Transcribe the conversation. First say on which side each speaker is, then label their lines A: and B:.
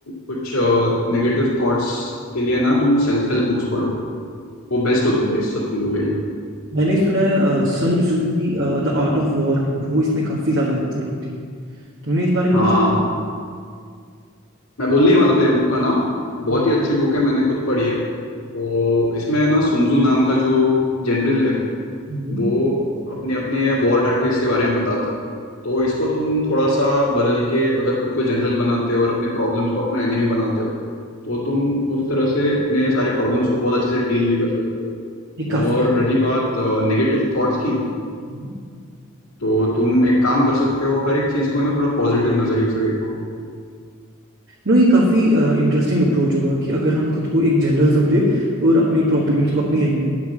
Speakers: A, on the left; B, on the right.
A: कुछ नेगेटिव थॉट्स के लिए ना तुम सेल्फ हेल्प बुक्स पढ़ो वो बेस्ट होती है इस सब चीज़ों के लिए
B: मैंने सुना है अ, सन जू की द आर्ट ऑफ वॉर वो इसमें काफी ज्यादा हेल्पफुल होती है तुमने इस बारे में
A: हाँ
B: कुछ
A: मैं बोलने ही वाला था ये बुक का नाम
B: हम्म,
A: बहुत ही अच्छी बुक है मैंने खुद पढ़ी है तो इसमें है ना सुन्जू नाम का जो जनरल है
B: हम्म,
A: वो अपने अपने वॉर टैक्टिक्स के बारे में बताता है तो इसको तुम थोड़ा सा बदल के अगर खुद को जनरल बनाते हो और अपने प्रॉब्लम्स को अपना एनिमी बनाते हो तो तुम उस तरह से अपने सारे प्रॉब्लम्स को बहुत अच्छे से डील भी कर सकते हो
B: ये काफी
A: और रही बात नेगेटिव थॉट्स की
B: हम्म।
A: तो तुम एक काम कर सकते हो हर एक चीज़ को है ना थोड़ा पॉजिटिव नज़रिए से देखो
B: नो ये काफी इंटरेस्टिंग अप्रोच होगा कि अगर हम खुद को एक जनरल समझे और अपनी प्रॉब्लम्स को अपनी एनिमी